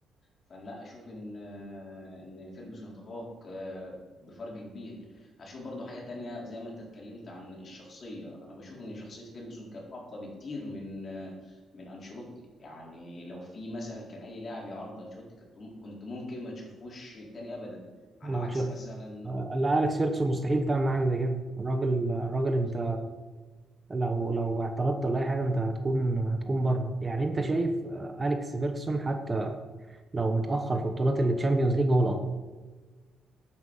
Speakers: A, on the left (about 45°); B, on the right (about 25°).
A: فانا لا اشوف ان ان فيرجسون تفوق آه، بفرق كبير اشوف برضو حاجه تانية زي ما انت اتكلمت عن الشخصيه انا بشوف ان شخصيه فيرجسون كانت اقوى بكتير من آه، من انشيلوتي يعني لو في مثلا كان اي لاعب يعرض انشيلوتي كنت كنت ممكن ما تشوفوش تاني ابدا على
B: مانشستر
A: عكس مثلا
B: آه، لا أليكس فيركسون مستحيل تعمل معاه زي كده الراجل الراجل أنت
A: بالظبط
B: لو لو اعترضت ولا أي حاجة أنت هتكون هتكون بره يعني أنت شايف آه، أليكس فيركسون حتى لو متأخر في بطولات التشامبيونز ليج هو الأفضل